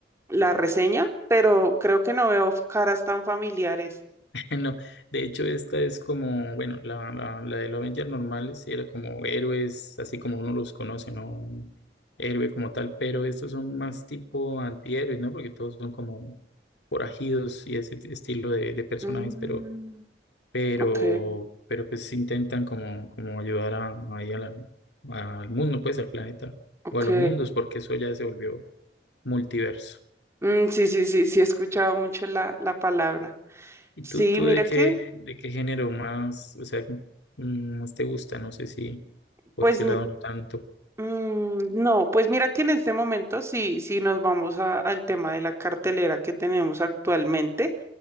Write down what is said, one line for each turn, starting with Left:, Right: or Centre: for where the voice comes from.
Right: la reseña, pero creo que no veo caras tan familiares.
Left: <laughs> No, de hecho, esta es como, bueno, la, la, la de los Avengers normales sí era como héroes, así como uno los conoce, ¿no? Un héroe como tal, pero estos son más tipo antihéroes, ¿no? Porque todos son como forajidos y ese t- estilo de, de personajes,
Right: Mm,
Left: pero, pero,
Right: ok,
Left: pero pues intentan como, como ayudar a, ahí a la- al mundo, pues al planeta,
Right: ok.
Left: o a los mundos, porque eso ya se volvió multiverso.
Right: Mm, sí, sí, sí, sí, he escuchado mucho la, la palabra.
Left: ¿Y
Right: Sí,
Left: tú, tú
Right: mira
Left: de qué,
Right: que,
Left: de qué género más, o sea, mm, más te gusta? No sé si por
Right: pues,
Left: ese
Right: mm,
Left: lado no tanto.
Right: no, pues mira que en este momento sí, sí nos vamos a- al tema de la cartelera que tenemos actualmente.